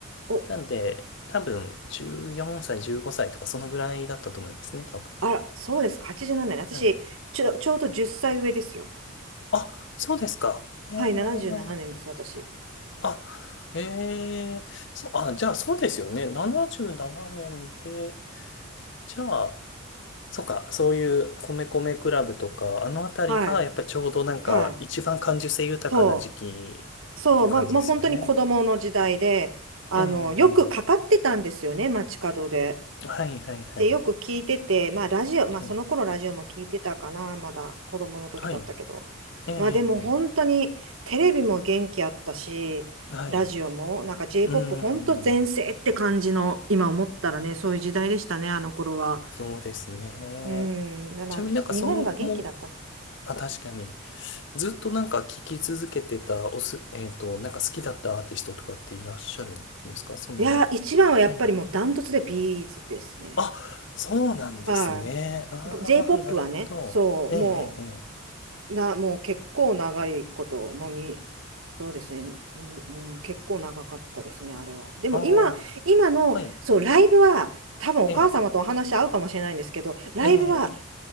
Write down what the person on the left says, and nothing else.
なんで、多分、14歳、15歳とか、そのぐらいだったと思いますね、多分。
はい。
あ、そうですか。へえ。
あ、へえ。そう、あ、じゃあ、そうですよね。77年で、じゃあ、そっか、そういう米米クラブとか、あのあたりがやっぱりちょうどなんか一番感受性豊かな時期っていう感じですよね。
ええ、
え
え、ええはいはいはい。
ええ、
はい。ええ、ええ、
ええはい。
うーん、
そうですね。
ちなみになんかその後も、あ、確かに、ずっとなんか聴き続けてた、おす、えっと、なんか好きだったアーティストとかっていらっしゃるんですかその、
ええあ、そうなんですね。
ああ、
なるほど。
ええ、
ええ、ええ。
ああ、
はい。
ええ、
ええ。